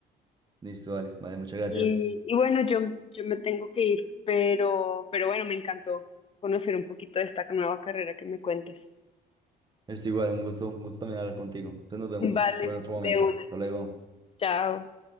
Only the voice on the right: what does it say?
Listo, vale. Vale, muchas gracias.
Es igual, un gusto, un gusto también hablar contigo. Entonces nos vemos
en otro momento.
Hasta luego.